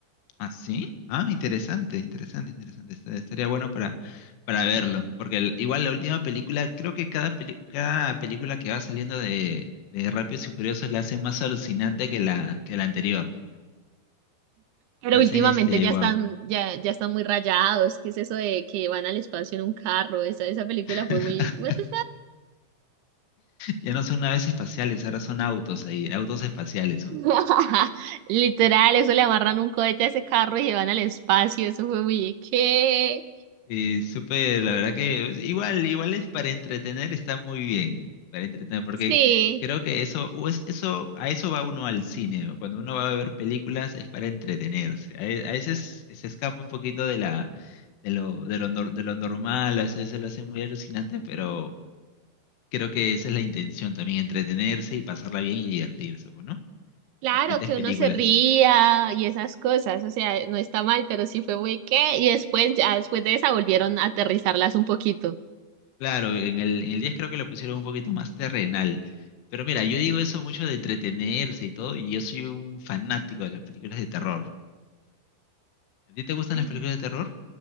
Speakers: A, on the left; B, on the right.
A: ¿Ah, sí? Ah, interesante, interesante, interesante. Está- Estaría bueno para, para verlo. Porque el- igual la última película, creo que cada, peli- cada película que va saliendo de, de Rápidos y Furiosos la hacen más alucinante que la, que la anterior.
B: Pero
A: La
B: últimamente
A: hacen este,
B: ya
A: wow.
B: están, ya, ya están muy rayados. ¿Qué es eso de que van al espacio en un carro? Esa, esa película
A: <laughs>
B: fue muy, what the
A: Ya no son naves espaciales, ahora son autos ahí, autos espaciales son.
B: <laughs> Literal, eso le amarran un cohete a ese carro y se van al espacio. Eso fue muy qué
A: Sí, súper, la verdad que es- igual, igual es para entretener, está muy bien, para entretener, porque
B: sí,
A: creo que eso, o es- eso, a eso va uno al cine, o cuando uno va a ver películas es para entretenerse, a, ve- a veces se escapa un poquito de la, de lo, de lo, nor- de lo normal, a veces se lo hace muy alucinante, pero creo que esa es la intención también, entretenerse y pasarla bien y divertirse, pues, ¿no?
B: claro
A: Diferentes
B: que
A: películas.
B: uno se ría y esas cosas, o sea, no está mal, pero sí fue muy qué y después ya después de esa volvieron a aterrizarlas un poquito.
A: Claro, en el, en el 10 creo que lo pusieron un poquito más terrenal. Pero mira, yo digo eso mucho de entretenerse y todo, y yo soy un fanático de las películas de terror. ¿A ti te gustan
B: Mm.
A: las películas de terror?